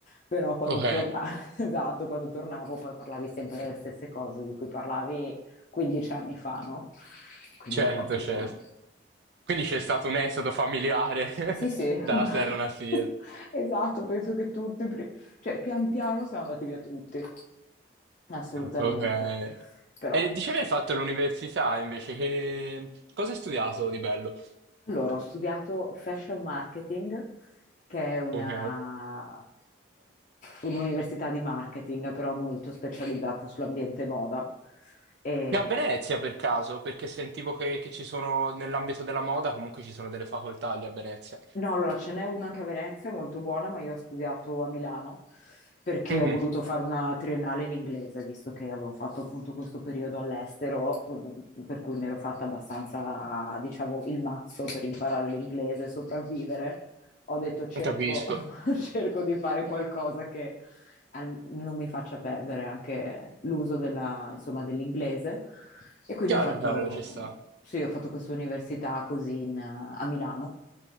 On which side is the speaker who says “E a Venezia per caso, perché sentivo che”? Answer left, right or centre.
Right